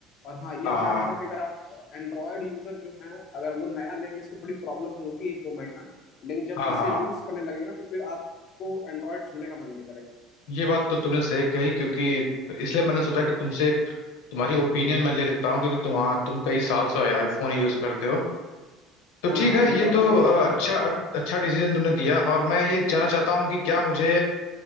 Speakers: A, on the left; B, on the left.
A: और हाँ ये
B: हाँ
A: मैं मानता
B: हाँ
A: हूँ कि अगर आप एंड्रॉयड यूजर जो हैं अगर वो नया लेंगे इसको थोड़ी प्रॉब्लम होगी एक दो महीना लेकिन जब
B: हाँ
A: इसे
B: हाँ।
A: यूज करने लगेगा तो फिर आपको एंड्रॉयड छूने का मन नहीं करेगा
B: ये बात तो तुमने सही कही क्योंकि इसलिए मैंने सोचा कि तुमसे एक तुम्हारी ओपिनियन मैं ले लेता हूँ क्योंकि तुम तुम कई साल से आईफोन यूज करते हो तो
A: हाँ
B: ठीक
A: हाँ
B: है
A: मेरा
B: ये
A: ओपिनियन
B: तो अ,
A: तो
B: अच्छा
A: है
B: अच्छा डिसीजन तुमने दिया और मैं ये जानना चाहता हूँ कि क्या मुझे